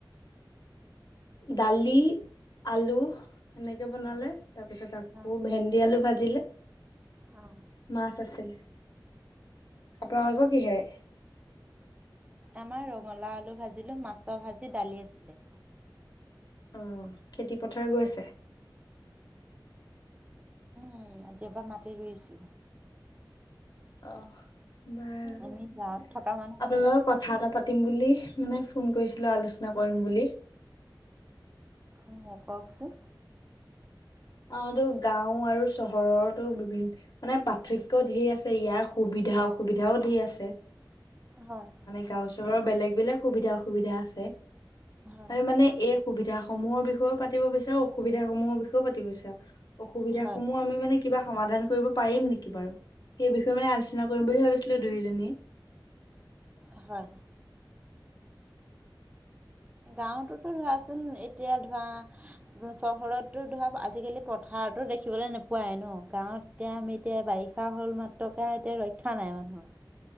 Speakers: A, on the left; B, on the right.
A: দালি, আলু সেনেকে বনালে
B: অ
A: তাৰপিছত আকৌ
B: অ
A: ভেন্দি আলু ভাজিলে
B: অ
A: মাছ আছিলে আপোনালোকৰ কিহেৰে
B: আমাৰ ৰঙালাও, আলু ভাজিলোঁ মাছৰ ভাজি দালি আছিলে
A: অ খেতি পথাৰ গৈছে
B: উম আজিয় পা মাটি ৰুইছো
A: অ'! বাৰু আপোনাৰ
B: আমি গাঁৱত থকা মানুহতো
A: লগত কথা এটা পাতিম বুলি, মানে, ফোন কৰিছিলোঁ, আলোচনা কৰিম বুলি।
B: অ'! কওঁকচোন?
A: অ'! এইটো, গাঁও আৰু চহৰৰতো বিভিন মানে, পাৰ্থক্যও ধেৰ আছে। ইয়াৰ সুবিধা, অসুবিধাও ধেৰ আছে।
B: হয়!
A: গাও চহৰৰ বেলেগ-বেলেগ সুবিধা, অসুবিধা আছে।
B: হয়
A: আৰু মানে, এই, সুবিধা সমূহৰ বিষয়েও পাতিব বিচাৰোঁ, অসুবিধা সমূহৰ বিষয়েও পাতিব বিচাৰোঁ। অসুবিধা
B: হয়
A: সমূহ, আমি মানে, কিবা সমাধান কৰিব পাৰিম নেকি বাৰু? সেই বিষয়ে মানে, আলোচনা কৰিম বুলি ভাবিছিলোঁ! দুয়োজনীয়ে।
B: <inaudible> হয়! গাঁৱতোত ধৰাচোন, এতিয়া ধৰা, উম, চহৰতো ধৰা, আজিকালি পথাৰতো দেখিবলৈ নোপোৱাই ন'। গাঁৱত এতিয়া আমি এতিয়া, বাৰিষা হ'ল মাত্ৰকে, এতিয়া ৰক্ষা নাই মানুহৰ।